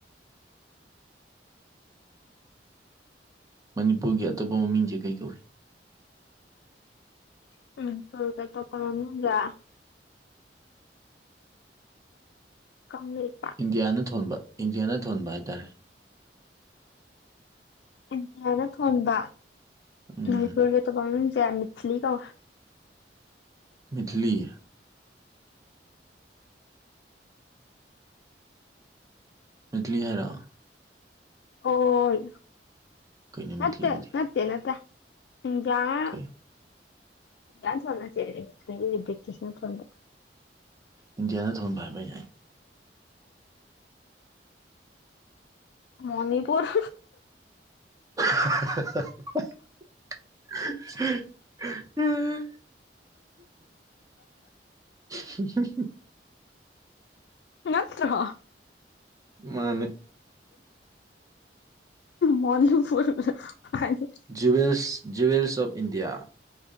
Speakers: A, on the right; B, on the left.
A: ꯃꯅꯤꯄꯨꯔꯒꯤ ꯑꯇꯣꯞꯄ ꯃꯃꯤꯡꯖꯤ ꯀꯩ ꯀꯧꯋꯤ
B: ꯎꯝ <unintelligible> ꯀꯪꯂꯩꯄꯥꯛ
A: ꯏꯟꯗꯤꯌꯥꯅ ꯊꯣꯟꯕ ꯏꯟꯗꯤꯌꯥꯅ ꯊꯣꯟꯕ ꯍꯥꯏꯇꯥꯔꯦ
B: ꯏꯟꯗꯤꯌꯥꯅ ꯊꯣꯟꯕ
A: ꯎꯝ
B: ꯃꯅꯤꯄꯨꯔꯒꯤ ꯑꯇꯣꯞꯄ ꯃꯃꯤꯡꯁꯦ ꯃꯤꯠꯊꯂꯤ ꯀꯧꯋꯦ
A: ꯃꯤꯠꯊꯂꯤ ꯃꯤꯠꯊꯂꯤ ꯍꯥꯏꯔꫭ
B: ꯑꯣꯏ
A: ꯀꯩꯅꯣ
B: ꯅꯠꯇꯦ
A: ꯃꯤꯠꯂꯤꯗꯤ
B: ꯅꯠꯇꯦ ꯅꯠꯇꯦ ꯏꯟꯗꯤꯌꯥꯅ
A: ꯀꯩ
B: ꯏꯟꯗꯤꯌꯥꯅ ꯊꫭꯟꯕ ꯅꯠꯇꯦ ꯑꯗꯨꯗꯤ ꯕꯤꯔꯇꯤꯁꯅ ꯊꫭꯟꯕ
A: ꯏꯟꯗꯤꯌꯥꯅ ꯊꯣꯟꯕ ꯍꯥꯏꯕ ꯑꯩꯍꯥꯏ
B: ꯃꯅꯤꯄꯨꯔ
A: <unintelligible> <unintelligible> <unintelligible>
B: ꯅꯠꯇ꯭ꯔꯣ
A: ꯃꯥꯅꯦ
B: ꯃꫭꯅꯤꯄꯨꯔꯅ ꯍꯥꯏꯔꯦ
A: ꯖꯨꯋꯦꯜꯁ ꯖꯨꯋꯦꯜꯁ ꯑꯣꯐ ꯏꯟꯗꯤꯌꯥ